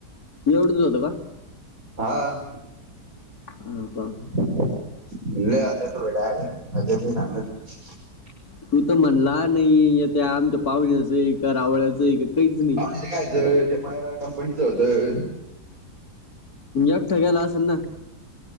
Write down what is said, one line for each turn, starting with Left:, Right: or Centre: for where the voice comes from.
Left: एवडच होतं का.
Right: हा.
Left: <inaudible>
Right: <unintelligible>
Left: तू तर म्हणला नाही त्या आमच्या पाहुण्याच आहे का रावळ्याच आहे. काहीच नाही.
Right: पाहून कायच ते मायरा कंपनीचं होतं.
Left: एकठा गेला असनं.